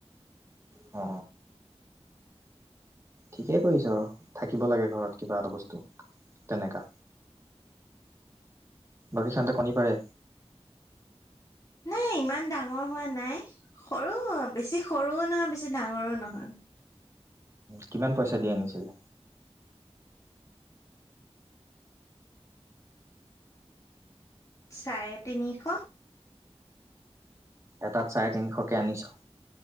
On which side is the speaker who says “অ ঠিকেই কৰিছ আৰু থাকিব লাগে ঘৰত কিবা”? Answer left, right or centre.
Right